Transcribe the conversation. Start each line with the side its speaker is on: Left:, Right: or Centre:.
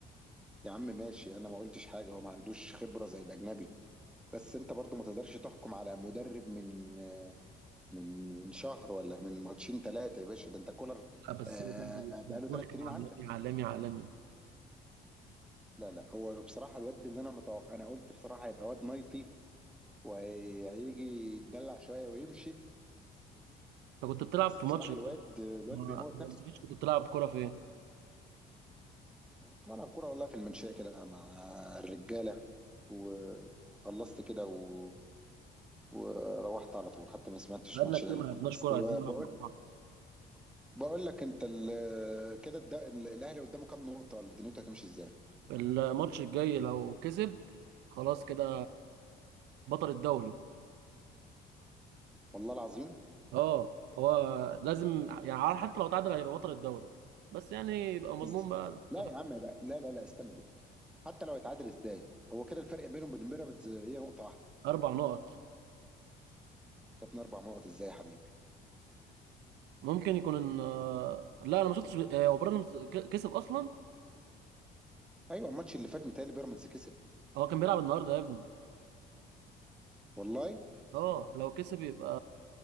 Centre: يا عم ماشي انا ما قلتش حاجه هو ما عندوش خبره زي الاجنبي بس انت برضو ما تقدرش تحكم على مدرب من من من شهر ولا من ماتشين ثلاثه يا باشا ده انت كولر
Right: لا بس
Centre: آه
Right: كان-
Centre: بقاله
Right: الجول
Centre: ثلاث
Right: كان
Centre: سنين
Right: عالمي
Centre: عندك
Right: عالمي عالمي
Centre: لا لا هو بصراحة الواد اللي أنا متوقع أنا قلت بصراحة هيبقى واد نايطي وهيجي يتدلع شوية ويمشي
Right: انت كنت بتلعب
Centre: بس
Right: في
Centre: بصراحة
Right: ماتش ايه؟
Centre: الواد الواد
Right: ما
Centre: بيموت
Right: ما
Centre: نفسه
Right: قلتليش كنت بتلعب كوره في ايه؟
Centre: أنا كنت بلعب كورة والله في المنشية كده مع الرجالة وخلصت كده و... وروحت على طول حتى ما سمعتش
Right: بقالنا
Centre: ماتش
Right: كتير
Centre: الأهلي
Right: ما
Centre: كله
Right: لعبناش
Centre: بس
Right: كوره عايزين
Centre: هو
Right: نلعب
Centre: بقول
Right: مع بعض
Centre: بقول لك أنت ال... كده الد... الأهلي قدامه كام نقطة ولا دنيته هتمشي إزاي؟
Right: الماتش الجاي لو كسب خلاص كده بطل الدوري
Centre: والله العظيم
Right: اه هو لازم يعني عارف، حتى لو تعادل هيبقى بطل الدوري بس يعني يبقى مضمون
Centre: إز-
Right: بقى أنت
Centre: لا
Right: فاهم؟
Centre: يا عم لا لا لا, لا استنى بس حتى لو هيتعادل إزاي؟ هو كده الفرق بينهم وبين بيراميدز هي نقطة واحدة
Right: اربع نقط
Centre: جبنا اربع نقط ازاي يا حبيبي
Right: ممكن يكون ان آه، لا انا ما شفتش آه، هو براندون ك- كسب اصلا
Centre: ايوه الماتش اللي فات متهيألي بيراميدز كسب
Right: هو كان بيلعب النهارده يا ابني
Centre: والله
Right: اه لو كسب يبقى